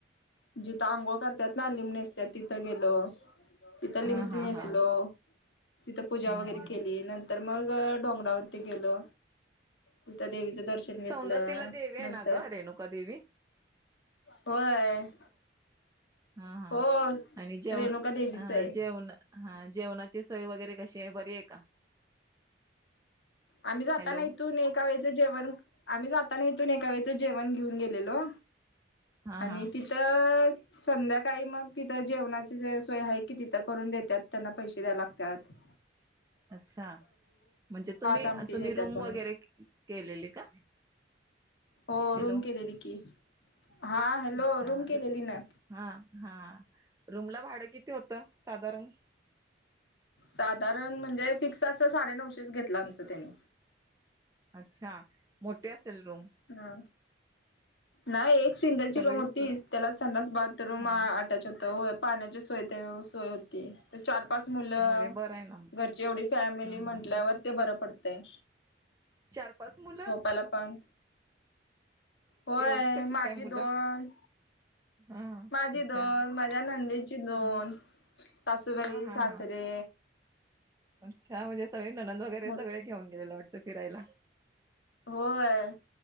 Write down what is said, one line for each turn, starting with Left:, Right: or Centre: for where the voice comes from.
Left: जिथं आंघोळ करत्यात ना लिंमं नेसत्यां तिथं गेलो तिथं लिंमंती
Right: हा हा
Left: नेसलो.
Right: हा
Left: तिथं पूजा
Right: हम्म
Left: वगैरे
Right: हम्म
Left: केली
Right: हम्म
Left: नंतर मग डोंगरावरती गेलो. तिथं देवीचं दर्शन घेतलं
Right: सौंदतीला देवी
Left: नंतर
Right: आहे ना ग रेणुका देवी?
Left: होय!
Right: ह हा
Left: हो
Right: आणि जेवण
Left: रेणुका देवीच
Right: अ
Left: आहे
Right: जेवण हा जेवणाची सोय वगैरे कशी आहे बरी आहे का?
Left: आम्ही जाताना
Right: हॅलो
Left: इथून एका वेळेचं जेवण, आम्ही जाताना इथून एका वेळेचं जेवण घेऊन गेलेलो.
Right: हा
Left: आणि
Right: हा
Left: तिथं संध्याकाळी मग तिथं जेवणाची ज सोय आहे की तिथं करून देत्यांत त्यांना पैसे द्यायां लागत्यात <inaudible>
Right: अच्छा म्हणजे तुम्ही-तुम्ही
Left: आमटी देतात
Right: रूम
Left: बनवून
Right: वगैरे केलेली का?
Left: हो
Right: हॅलो
Left: रूम केलेली की, हा हॅलो
Right: अच्छा
Left: रूम केलेली ना?
Right: हा हा रूम ला भाडं किती होतं साधारण?
Left: साधारण म्हणजे फिक्स असं साडे नऊशेच घेतलं आमचं त्यांनी.
Right: अच्छा मोटी असेल रूम?
Left: ह नाही एक सिंगलची
Right: सगळीच
Left: रूम होती त्याला संडास बाथरूम
Right: हा
Left: आ ट्याच होत होय पाण्याची सोय ते सोय हो ती त चार पाच मुलं
Right: अरे बरं आहे ना मग.
Left: घरची एवढी फॅमिली
Right: हा हा
Left: म्हंटल्यावर.
Right: हा
Left: ते बरं पडतंय.
Right: चार पाच मुलं!
Left: यांलापण. होय
Right: एवढी कशी
Left: माझी
Right: काय मुलं
Left: दोन
Right: हा
Left: माझी
Right: अच्छा
Left: दोन माझ्या नंदे ची दोन
Right: हा
Left: सासूबाई,
Right: हा हा
Left: सासरे.
Right: हा अच्छा म्हणजे सगळे ननद वगैरे
Left: मोठ
Right: सगळे घेऊन गेलेले वाटतं फिरायला.
Left: होय